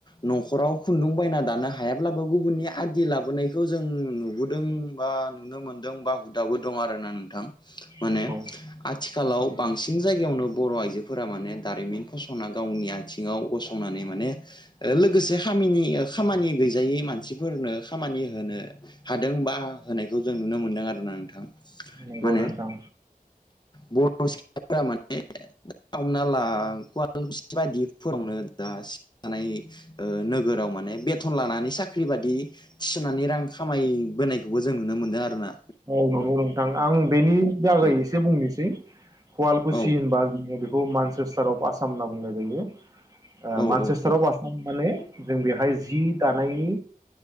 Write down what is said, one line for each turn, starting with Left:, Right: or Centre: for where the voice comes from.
Left: न'खराव खुन्दुं बायना दानो हायाब्लाबो गुबुननि आदि लाबोनायखौ जों नुबोदों बा नुनो मोनदों बा हुदाबो दं आरोना नोंथां।
Right: नंगौ
Left: माने आथिखालाव बांसिन जायगायावनो बर' आइजोफोरा माने दारिमिन फसंना गावनि आथिङाव गसंनानै माने लोगोसे खाम खामानि गैजायै मानसिफोरनो खामानि होनो हादों बा होनायखौ जों नुनो मोनदों आरोना नोंथां।
Right: नोंखौ
Left: माने
Right: नोंथां
Left: बर' सिख्लाफोरा माने हमना ला <unintelligible> बायदिफोरावनो दा सिानाय नोगोराव माने बे थन लानानै साख्रि बादि थिसनानै रां खामायबोनाय बेखौबो जों नुनो मोन्दों आरो ना
Right: औ नंगौ नोंथां आं बेनि जागायै
Left: ओ
Right: एसे बुंनोसै। सुवलखुसि
Left: औ
Right: होनबा बे मानसेस्टार अफ आसाम होनना बुंनाय जायो।
Left: औ
Right: मानचस्टाराव
Left: औ
Right: आसाम माने जों बेहाय जि दानायनि